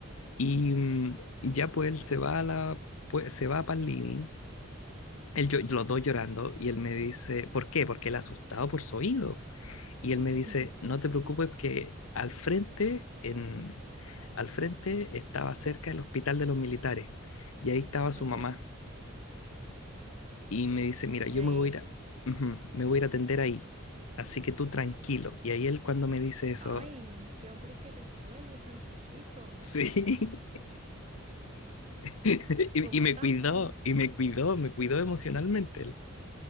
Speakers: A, on the left (about 85°); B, on the right (about 30°).
A: Y mm, ya pues él se va a la, pues, se va para el living Él, yo, los dos llorando y él me dice, ¿por qué? Porque él asustado por su oído. Y él
B: <laughs>
A: me dice, no te preocupes que al frente, en, al frente estaba cerca el hospital de los militares y ahí estaba su
B: Ok,
A: mamá. Y me dice, mira, yo
B: ya
A: me
B: es.
A: voy a ir a, ujú, me voy a ir a atender ahí, así que tú tranquilo. Y ahí él cuando me dice eso,
B: Ay, qué hombre que resuelve tan chiquito.
A: sí. <laughs> Y,
B: Como
A: y me
B: tanto.
A: cuidó, y me cuidó, me cuidó emocionalmente él.